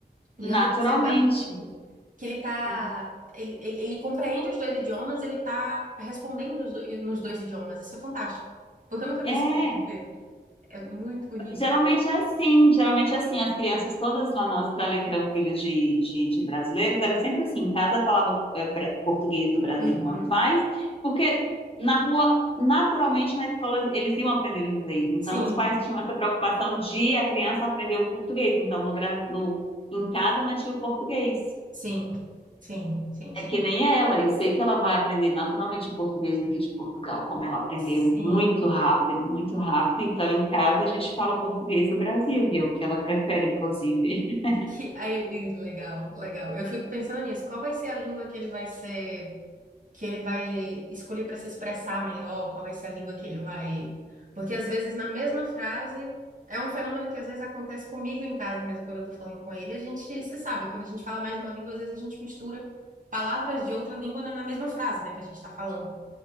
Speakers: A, on the right; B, on the left.
A: E eu
B: Naturalmente,
A: tenho observado que ele, que ele tá,
B: né?
A: ele, ele, ele compreende os dois idiomas, ele tá respondendo os dois- nos dois idiomas. Isso é fantástico, porque eu nunca
B: É,
A: vi isso acontecer. É muito bonito.
B: Geralmente é assim, geralmente é assim. As crianças todas lá na Austrália que eram filhos de, de, de brasileiros, era sempre assim. Em casa falava eh, pra- português do Brasil
A: Uhum.
B: com os pais, porque na rua, naturalmente, na escola eles iam aprender o inglês. Então,
A: Sim,
B: os pais tinham essa preocupação de a criança aprender o português. Então, no, Bra- no, em casa mantinha o português.
A: sim, sim, sim,
B: É
A: sim.
B: que nem ela, eu sei que ela vai aprender naturalmente o português daqui de Portugal, como ela aprendeu
A: Sim,
B: muito rápido, muito rápido. Então, em casa, a gente fala português do Brasil, e é o que ela prefere, inclusive. <laughs>
A: que aí, e legal, legal. Eu fico pensando nisso. Qual vai ser a língua que ele vai ser, que ele vai escolher para se expressar melhor? Qual vai ser a língua que ele vai? Porque às vezes na mesma frase é um fenômeno que às vezes acontece comigo em casa mesmo quando eu tô falando com ele. A gente, você sabe, quando a gente fala mais de uma língua, às vezes a gente mistura palavras de outra língua na na mesma frase, né, que a gente tá falando.